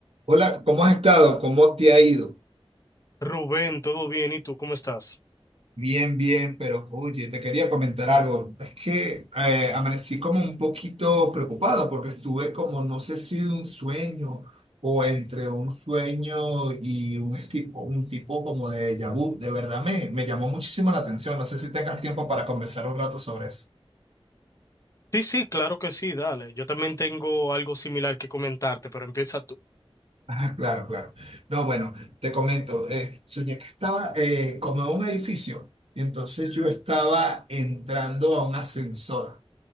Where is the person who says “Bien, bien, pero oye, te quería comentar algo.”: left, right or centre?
Right